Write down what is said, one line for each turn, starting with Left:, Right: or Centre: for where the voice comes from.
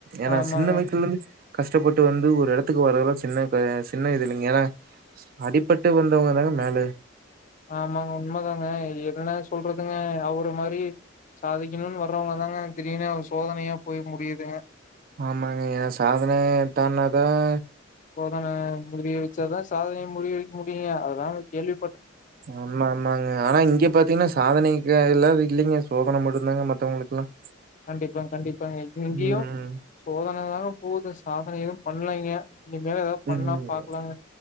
Right: ஏன்னா
Left: ஆமாங்க.
Right: சின்ன வயசலந்து கஷ்டப்பட்டு வந்து ஒரு எடத் இதுக்கு வரறதுல்லா சின்ன ப சின்ன இது இல்லிங்க ஏன்னா அடிப்பட்டு வந்தவங்க தாங்க மேல
Left: ஆமாங்க உண்மை தாங்க என்ன சொல்றதுங்க அவுரு இந்த மாதிரி சாதிக்கணும்னு வர்றவங்க தாங்க திடீனு சோதனையா போய் முடியுதுங்க
Right: ஆமாங்க ஏ சாதனை தானாதான்
Left: சோதனை முறியடிச்சா தா சாதனை முறியடி முடியும் அது தா கேள்வி
Right: ஆமா ஆமாங்க ஆனா இங்க பாத்தீங்கன்னா சாதனை எல்லா இல்லிங்க சோதனை மட்டுதாங்க மத்தவங்ளுக்குலாம்
Left: கண்டிப்பா கண்டிப்பா இங்கேயும்
Right: ம்,
Left: சோதனை தாங்க போது சாதனை ஏதும் பண்லைங்க இனிமேல் ஏதாவது பண்ணா
Right: ம்
Left: பாக்கலாங்க